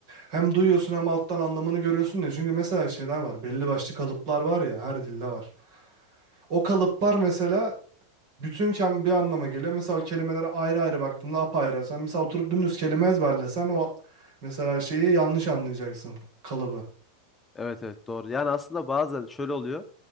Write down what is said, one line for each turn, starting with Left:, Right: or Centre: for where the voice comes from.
Right: hem duyuyorsun hem alttan anlamını görüyorsun ya. Çünkü mesela şeyler var. Belli başlı kalıplar var ya her dilde var. O kalıplar mesela bütünken bir anlama geliyor. Mesela o kelimelere ayrı ayrı baktığında apayrı. Sen mesela oturup dümdüz kelime ezberlesen o mesela şeyi yanlış anlayacaksın kalıbı.
Left: evet evet doğru. Yani aslında bazen şöyle oluyor.